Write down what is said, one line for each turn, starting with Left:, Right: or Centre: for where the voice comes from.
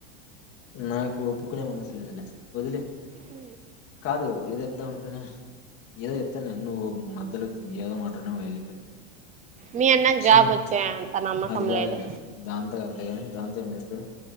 Left: నాకు ఒప్పుకునే మనసలేదలే వదిలే
Right: ఉ
Left: కాదు ఇదిద్దామనుకున్నా ఏదో చెప్తన్న నేను నువ్వు మధ్యలో ఏదో మాట అన్నావు ఎల్లిపా
Right: మీ అన్నకు
Left: చిన్న
Right: జాబ్ వచ్చే అంత నమ్మకం
Left: అది కాదులే
Right: లేదు
Left: దాంతో కాదులే కానీ దాంతో ఏం లే ఇప్పుడు